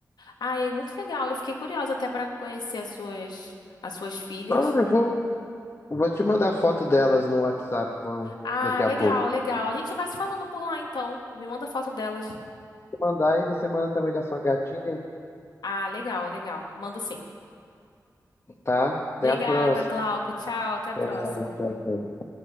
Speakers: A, on the left (about 90°); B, on the left (about 40°).
A: Ah, é muito legal. Eu fiquei curiosa até pra conhecer as suas, as suas filhas.
B: Agora eu vou, vou te mandar a foto delas no WhatsApp com-
A: Ah,
B: daqui
A: legal,
B: a pouco.
A: legal. A gente vai se falando por lá então. Me manda foto delas.
B: Vou mandar e você manda também da sua gatinha,
A: Ah, legal, legal. Mando sim.
B: tá? Até
A: Obrigada,
B: a próxima.
A: Glauco. Tchau, até a
B: Tchau,
A: próxima.
B: tchau, tchau.